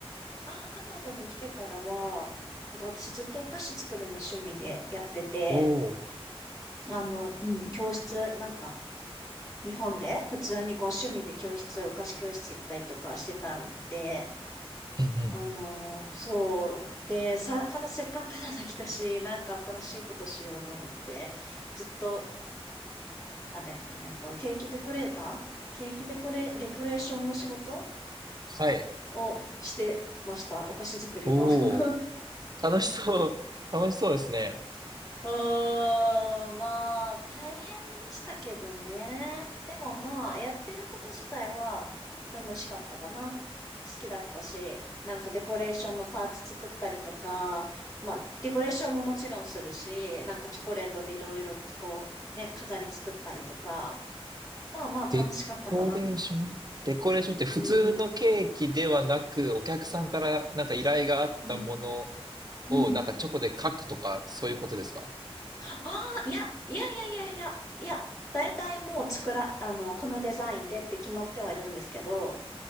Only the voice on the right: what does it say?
おお
ー、うんうん。
はい。
お
お、楽しそう。<laughs> 楽しそうですね。
デコレーションデコレーションって普通のケーキではなく、
お客さんからなんか依頼があったもの
をなんかチョコで書くとか、そういうことですか